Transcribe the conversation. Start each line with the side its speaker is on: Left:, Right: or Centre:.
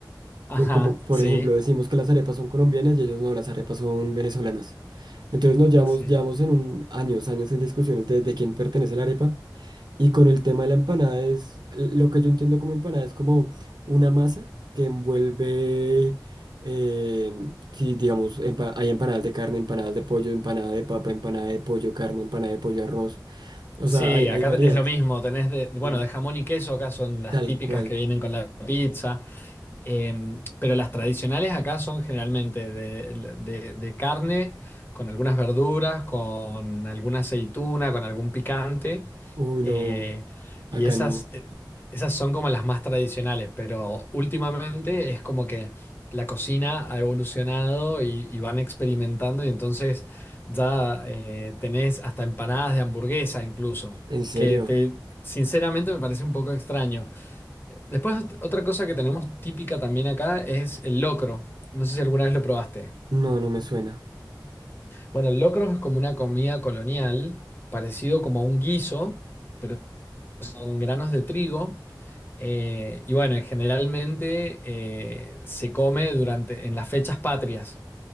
Left: Ajá,
Right: Po- Como, por
Left: sí,
Right: ejemplo, decimos que las arepas son colombianas y ellos no, las arepas son venezolanas. Entonces nos llevamos,
Left: sí.
Right: llevamos en un, años, años en discusiones de, de quién pertenece la arepa. Y con el tema de la empanada es, lo que yo entiendo como empanada es como una masa que envuelve, eh, si digamos, empa- hay empanadas de carne, empanadas de pollo, empanada de papa, empanada de pollo, carne, empanada de pollo, arroz. O
Left: Sí,
Right: sea, hay,
Left: acá
Right: hay variedad.
Left: es lo mismo, tenés de, bueno,
Right: sí,
Left: de jamón y queso, acá son las
Right: tal
Left: típicas
Right: cual.
Left: que vienen con la pizza. Eh, pero las tradicionales acá son generalmente de, de- de carne, con algunas verduras, con alguna aceituna, con algún picante.
Right: Uy,
Left: eh,
Right: no,
Left: y
Right: acá
Left: esas,
Right: no.
Left: eh, esas son como las más tradicionales, pero últimamente es como que la cocina ha evolucionado y, y van experimentando y entonces ya eh, tenés hasta empanadas de hamburguesa incluso,
Right: ¿En serio?
Left: que te, sinceramente me parece un poco extraño. Después, ot- otra cosa que tenemos típica también acá es el locro. No sé si alguna vez lo probaste.
Right: No, no me suena.
Left: Bueno, el locro es como una comida colonial, parecido como a un guiso, pero son granos de trigo. Eh, y bueno, generalmente eh, se come durante, en las fechas patrias.